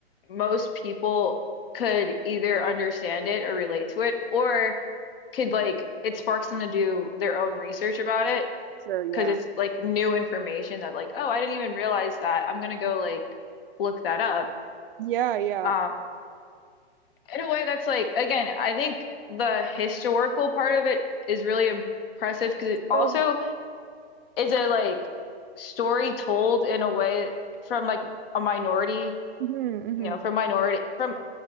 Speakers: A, on the left (about 55°); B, on the right (about 55°).
A: most people could either understand it or relate to it or could like it sparks them to do their own research about it
B: sure. Yeah.
A: because it's like new information that like oh I didn't even realize that I'm gonna go like look that up
B: Yeah. Yeah.
A: um in a way that's like again I think the historical part of it is really impressive because it also
B: Oh.
A: is a like story told in a way from like a minority
B: Mm-hmm, hmm
A: you know from minority from